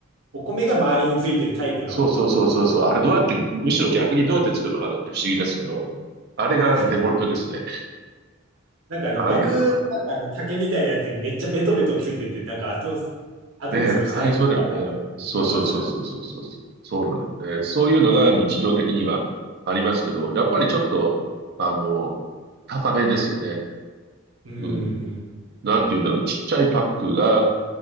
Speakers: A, on the right; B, on the right.
A: お米が周りについてるタイプの、
B: そうそうそうそうそう、あれどうやって、むしろ逆にどうやって作るのかなって不思議ですけど、あれがデフォルトですね。
A: なんかなんかあの膜、
B: ああいうのが。
A: なんかあの竹みたいなやつにめっちゃベトベトついてて、なんか後、後の掃除大変だなと思います。
B: ねえ、大変そうだよね。そうそうそうそうそうそうそう。そうなんだよね。そういうのが日常的にはありますけど、やっぱりちょっと、あの、高めですよね。
A: うん。
B: うん。なんて言うんだろう。ちっちゃいパックが